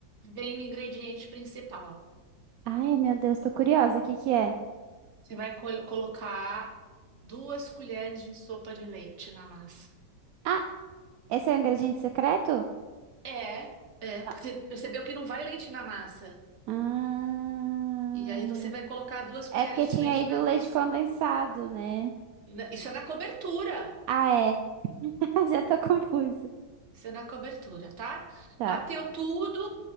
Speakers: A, on the right; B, on the right.
A: vem o ingrediente principal.
B: Ai, meu Deus, tô curiosa. O que que é?
A: Você vai col- colocar duas colheres de sopa de leite na massa.
B: Ah, esse é o ingrediente secreto?
A: É, é,
B: Não.
A: porque você percebeu que não vai leite na massa.
B: Ah.
A: E aí você vai colocar duas colheres
B: É porque tinha
A: de leite
B: aí do
A: na massa.
B: leite condensado, né?
A: Na- Isso é na cobertura.
B: Ah, é. <laughs> Já tô confusa.
A: Isso é na cobertura, tá?
B: Tá,
A: Bateu tudo,